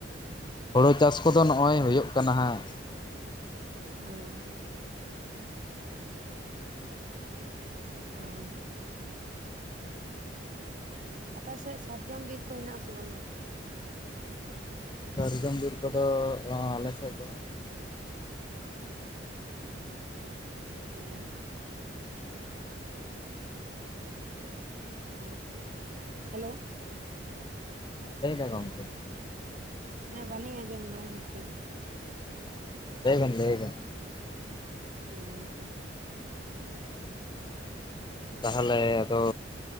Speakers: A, on the left; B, on the right.
A: ᱦᱳᱲᱳ ᱪᱟᱥ ᱠᱚᱫᱚ ᱱᱚᱜᱼᱚᱭ ᱦᱩᱭᱩᱜ ᱠᱟᱱᱟ ᱦᱟᱜ ᱾
B: ᱚ ᱚ ᱟᱯᱮ ᱥᱮᱫ ᱥᱟᱨᱡᱚᱢ ᱵᱤᱨ ᱠᱚ ᱦᱮᱱᱟᱜ ᱟᱥᱮ ᱵᱟᱝᱼᱟ ᱾
A: ᱥᱟᱨᱡᱚᱢ ᱵᱤᱨ ᱠᱚᱫᱚ ᱟᱞᱮ ᱥᱮᱫ ᱫᱚ ᱵᱟᱝ
B: ᱚᱸ
A: <unintelligible>
B: ᱦᱩᱸ ᱦᱮᱞᱳ
A: ᱦᱮᱸ ᱞᱟᱹᱭ ᱢᱮ ᱜᱚᱝᱠᱮ
B: ᱦᱮᱸ ᱵᱟᱞᱤᱧ ᱟᱸᱡᱚᱢ ᱫᱟ ᱜᱚᱝᱠᱮ ᱾
A: ᱞᱟᱹᱭ ᱵᱮᱱ ᱞᱟᱹᱭ ᱵᱮᱱ
B: <inaudible>
A: ᱛᱟᱦᱟᱞᱮ ᱟᱫᱚ